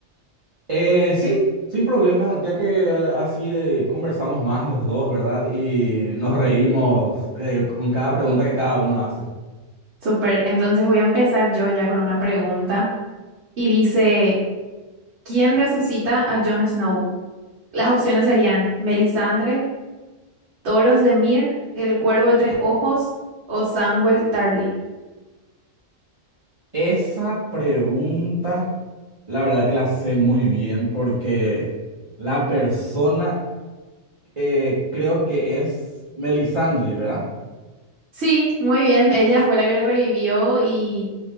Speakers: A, on the right; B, on the right.
A: Eh, sí, sin problema, ya que eh, así eh, conversamos más los dos, ¿verdad? Y nos reímos eh, con cada pregunta que cada uno hace.
B: Súper, entonces voy a empezar yo ya con una pregunta y dice, ¿quién resucita a Jon Snow? Las opciones serían Melisandre. Toros de Mir, El Cuervo de Tres Ojos o Samuel Tarly.
A: Esa pregunta, la verdad que la sé muy bien porque la persona eh, creo que es Melisandre, ¿verdad?
B: Sí, muy bien, ella fue la que le revivió y